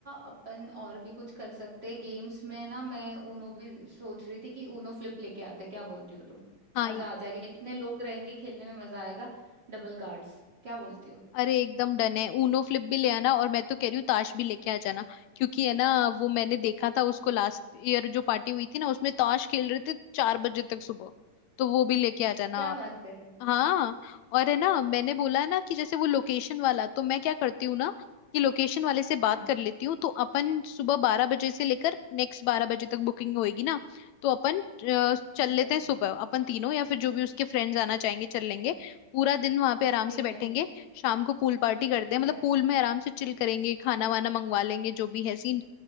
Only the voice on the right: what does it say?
अपन और भी कुछ कर सकते हैं गेम्स में ना मैं ऊनो भी सोच रही थी कि ऊनो फ्लिप लेके आते हैं। क्या बोलती हो तुम
मजा
आ जाएगा इतने लोग रहेंगे खेलने में मजा आएगा डबल कार्ड्स क्या बोलती हो
क्या
बात कर रहे हो
हाँ
ठीक
है
ठीक
है
ठीक
है